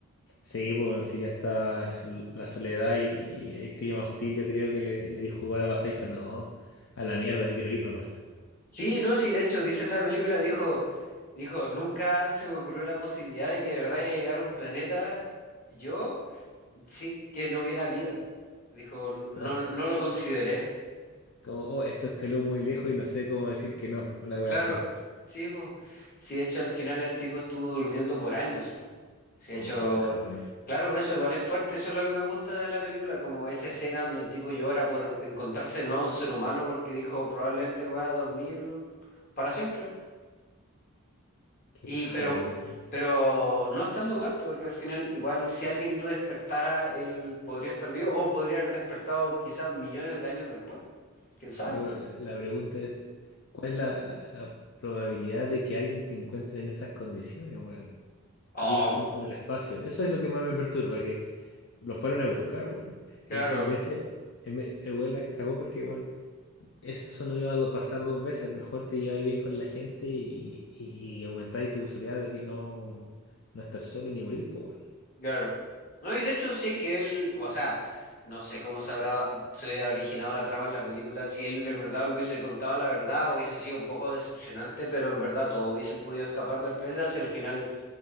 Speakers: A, on the left; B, on the left.
A: Sí, bueno, sí, ya está l- la soledad y, y el clima hostil, yo creo que le, le dio jugo a la pasada y dijo, no, a la mierda, me quiero ir nomás.
B: Sí, no, sí, de hecho, dice en la película, dijo, dijo, nunca se me ocurrió la posibilidad de que de verdad iba a llegar a un planeta yo, sí, que no hubiera vida. Dijo, no,
A: Como,
B: no lo consideré.
A: como, oh, esto escaló muy lejos y no sé cómo decir que no, una wea
B: Claro,
A: así.
B: sí, pues. Sí, de hecho, al final el tipo estuvo durmiendo por años, pues. Sí, de
A: Oh,
B: hecho,
A: qué paja, weón.
B: claro, pues eso igual es fuerte, eso es lo que me gusta de la película, como esa escena donde el tipo llora por encontrarse de nuevo a un ser humano porque dijo probablemente va a dormir para siempre.
A: Qué
B: Y,
A: paja,
B: pero,
A: weón.
B: pero no estando muerto, porque al final igual si alguien lo despertara, él podría estar vivo o podría haber despertado quizás millones de años después. ¿Quién sabe?
A: No, pero la, la pregunta es, ¿cuál es la, la, la probabilidad de que alguien te encuentre en esas condiciones, weón?
B: Oh,
A: Sería un punto en el espacio. Eso es lo que más me perturba, que lo fueron a buscar, weón. En,
B: claro.
A: en vez de... en vez- el weón la cagó porque, weón, eso no iba a do- pasar dos veces. Mejor te lleváis bien con la gente y, y, y aumentáis tu posibilidad de que no, no estar solo ni morir, pues, weón.
B: Claro. No, y de hecho, si es que él, o sea, no sé cómo se habrá, se hubiera originado la trama en la película, si él en verdad lo hubiese contado la verdad, hubiese sido un poco decepcionante, pero en verdad todos hubiesen podido escapar del planeta si al final